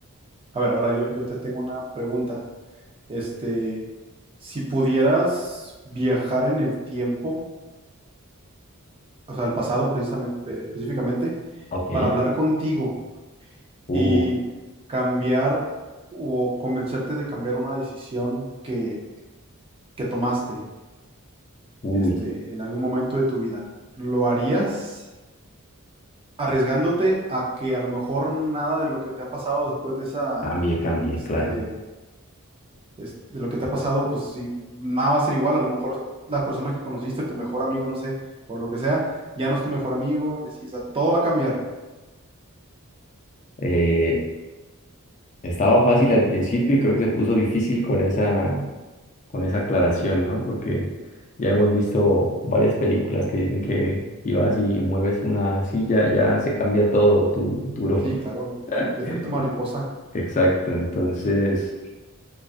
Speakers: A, on the right; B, on the left.
A: A ver, ahora yo, yo te tengo una pregunta. Este, si pudieras viajar en el tiempo, o sea, al pasado precisamente, eh, específicamente,
B: Ok.
A: para hablar contigo.
B: Uh,
A: y cambiar o convencerte de cambiar una decisión que, que tomaste
B: uy,
A: este, en algún momento de tu vida. ¿Lo harías arriesgándote a que a lo mejor nada de lo que te ha pasado después de esa,
B: cambié, cambié,
A: este,
B: claro.
A: es- de lo que te ha pasado, pues sí, nada va a ser igual, a lo mejor las personas que conociste, tu mejor amigo, no sé, o lo que sea, ya no es tu mejor amigo, y así, o sea, todo va a cambiar.
B: Eh, estaba fácil al principio y creo que se puso difícil con esa, con esa aclaración, ¿no? Porque ya hemos visto varias películas que dicen que si vas y mueves una silla, ya se cambia todo tu futuro.
A: Sí, claro,
B: <laughs>
A: el, el efecto mariposa,
B: Exacto, entonces,